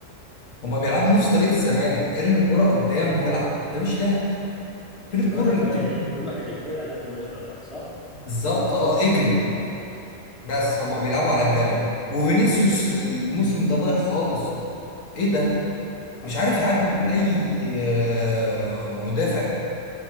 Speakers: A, on the left; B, in the centre.
A: هما بيلعبوا نفس طريقه الزمالك ارمي كوره قدام والعب ده مش لعب فين الكوره
B: كل واحد
A: اللي
B: بقى
A: بتبني
B: ي- كل واحد يجتهد على قد ما يقدر بقى صح؟
A: بالظبط اه اجري بس
B: ما
A: هما بيلعبوا على الجري وفينيسيوس الموسم ده ضايع خالص ايه ده
B: اعرفش
A: مش عارف
B: نفسه
A: يعدي
B: صح يعني
A: من اي آه، مدافع